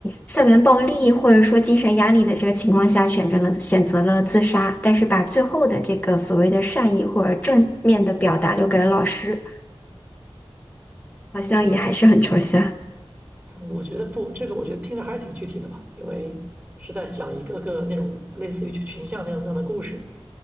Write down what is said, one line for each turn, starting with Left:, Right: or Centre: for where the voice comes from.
Left: 校园暴力或者说精神压力的这个情况下，选择了选择了自杀，但是把最后的这个所谓的善意或者正面的表达留给了老师，好像也还是很抽象，
Right: 对我我觉得不，这个我觉得听着还是挺具体的吧，因为是在讲一个个那种类似于群像那样那样的故事。